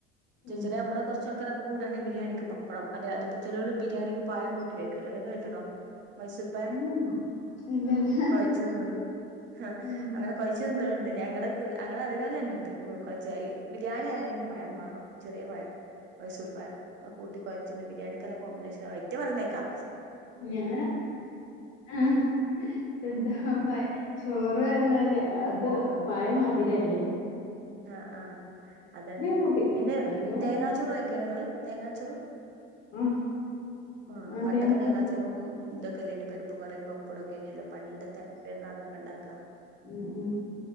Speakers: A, on the right; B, on the left.
A: ചേച്ചരേ
B: ഉം
A: അമ്മള് കൊറച്ചാൾക്കാരൊക്കെ കൂടേണ് ബിരിയാണിക്ക് പപ്പടം അല്ലേ അതപ്പം ചെലോല് ബിരിയാണിക്ക് പഴം കൂട്ടി കഴിക്കല്ലോ അത് കേട്ടണോ മൈസൂർപഴം
B: ഉം ഇല്ലല്ല
A: കൊഴച്ചിതിന്ന്ണ് ആഹ്
B: ഉം.
A: അങ്ങ കൊഴച്ച്തിന്നാറുണ്ട് ഞങ്ങളെതൂ അങ്ങളഅറിയുന്നോലെന്നെണ്ട് ഗുകൊച്ചായി ബിര്യാണിആയതിന്റെപഴംമാണം ചെറ്യേപഴം മൈസൂർപഴം അഹ്കൂട്ടി കൊഴച്ചിന്ന് ബിരിയാണിക്കല്ല കോമ്പിനേഷനാ അയിറ്റപറിണേക്കാ
B: ഞാന ആഹ് എന്താപ
A: ഉം
B: ചോറ്അർഞ്ഞാല് അത് പാഴംമാതിര്യല്ലേ
A: അഹ് ആഹ് അതാണ്
B: കൂട്ടില്ല
A: പിന്നെഹ്
B: എന്റെ മോ
A: തേങ്ങാ ച്ചോറ് കഴിക്കെണ്ടോ ങ്ങള് തേങ്ങാച്ചോറ്?
B: ആഹ്
A: ആ
B: ആഹ്
A: പണ്ടൊക്കെ
B: തേങ്ങ
A: തേങ്ങാച്ചോറും.
B: ചോറ്
A: തൊ ക്കെല്ലേന്യോ ഇ പര്പ്പ് കറിം പപ്പടൊക്കെ ല്ല്യേനോ പണ്ടത്തെ പെര്ന്നക്കൊക്കെ ണ്ടാക്കാ.
B: ഉം ഉം